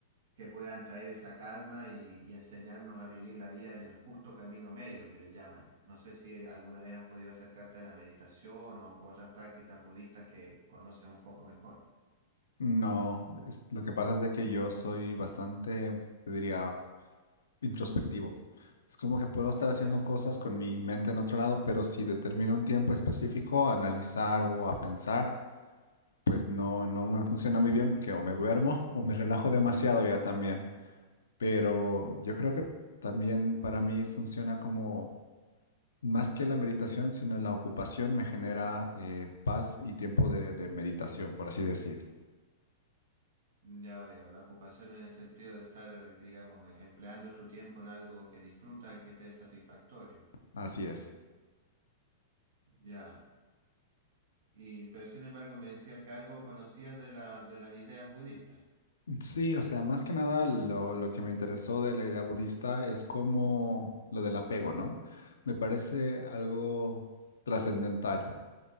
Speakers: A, on the right (about 70°); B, on the left (about 85°).
A: que puedan traer esa calma y, y enseñarnos a vivir la vida en el justo camino medio que le llaman. No sé si alguna vez has podido acercarte a la meditación o, u otras prácticas budistas que conoces un poco mejor.
B: No, es- lo que pasa es de que yo soy bastante, te diría, introspectivo. Es como que puedo estar
A: Ya,
B: haciendo cosas con mi mente en otro lado, pero si determino un tiempo específico a analizar o a pensar, pues no, no me funciona muy bien porque o me duermo <laughs> o me relajo demasiado ya también. pero yo creo que también para mí funciona como más que la meditación, sino la ocupación me genera eh, paz y tiempo de, de meditación, por así decir.
A: ya veo. La ocupación en el sentido de estar, digamos, eh, empleando tu tiempo en algo que disfruta y que te es satisfactorio.
B: Así es.
A: Ya. Y, pero sin embargo me decías que algo conocías de la, de las ideas budistas.
B: Sí, o sea, más que nada lo, lo que me interesó de la idea budista es como lo del apego, ¿no? Me parece algo trascendental